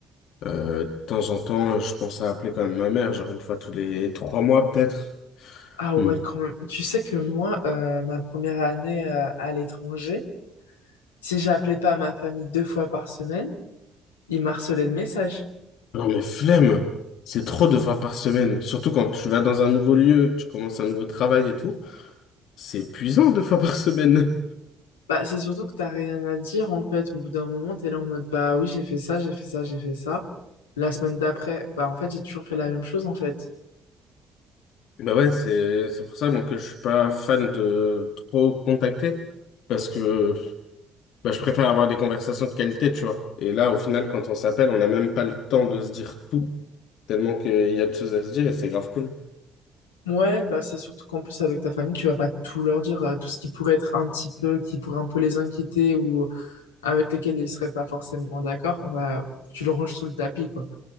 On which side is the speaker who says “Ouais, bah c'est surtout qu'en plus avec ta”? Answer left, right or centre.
Left